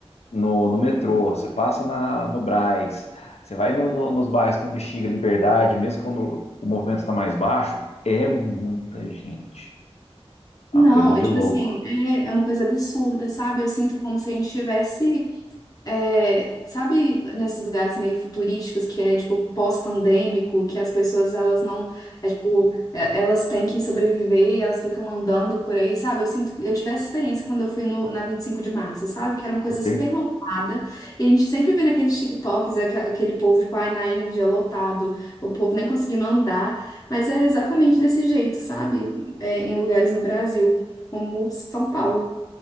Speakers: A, on the left; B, on the left.
A: no, no metrô, você passa na, no Brás, você vai no- no- nos bairros que no Bexiga, Liberdade, mesmo quando o movimento está mais baixo, é muita gente. É
B: Não,
A: uma coisa de
B: é tipo
A: louco.
B: assim, é, é uma coisa absurda, sabe? Eu sinto como se a gente tivesse É, sabe nesses lugares meio futurísticos que é tipo pós-pandêmico, que as pessoas elas não, é, tipo, é, elas têm que sobreviver e elas ficam andando por aí, sabe? Eu sinto que eu tive essa experiência quando eu fui no, na 25 de março, sabe? Que era uma coisa
A: Não tem
B: super lotada e a gente sempre vê naqueles TikToks aque- aquele povo, tipo, ai, na Índia, lotado, o povo nem conseguindo andar, mas é exatamente desse jeito, sabe? É, em lugares no Brasil, como São Paulo.